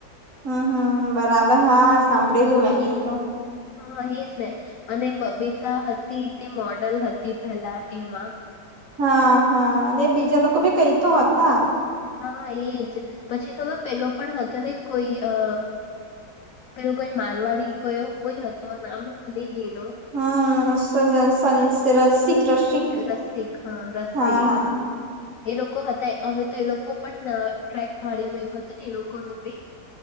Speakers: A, on the right; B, on the left.
A: હમ્મ હમ્મ બરાબર હા સાંભળેલું મે એ તો
B: હા, એજ ને અને બબીતા હતી તે મોડલ હતી પેલા એમાં
A: હા હા અને બીજા લોકો ભી કઈ તો હતા
B: હા, એજ પછી ખબર પેલો પણ હતો ને કોઈ અ પેલું કોઈ માલવાડી ગયો કોઈ હતો નામ અ ભૂલી ગઈ એનું
A: હમ્મ <unintelligible> રસિક રસિક
B: રસિક હા રસિક
A: હા હા
B: એ લોકો હતા હવે તો એ લોકો પણ ટ્રેક ગાડીમાં એક હતું ને એ લોકો ન બી